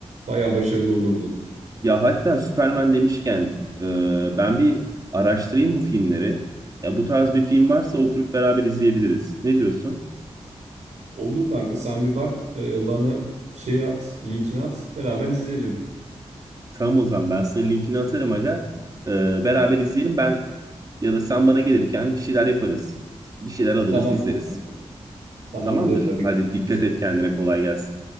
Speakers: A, on the right; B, on the right.
A: bayağı başarılı olurdun.
B: Ya hatta Superman demişken e, ben bir araştırayım bu filmleri. Ya bu tarz bir film varsa oturup beraber izleyebiliriz. Ne diyorsun?
A: Olur kanka sen bir bak e, bana şey at linkini at beraber izleyelim.
B: Tamam o zaman ben sana linkini atarım aga. E, beraber izleyelim ben ya da sen bana gelirken bir şeyler yaparız. Bir şeyler alırız
A: Tamam
B: izleriz.
A: kanka. Tamamdır
B: Tamamdır.
A: hadi.
B: Hadi
A: görüşürüz.
B: dikkat et kendine kolay gelsin.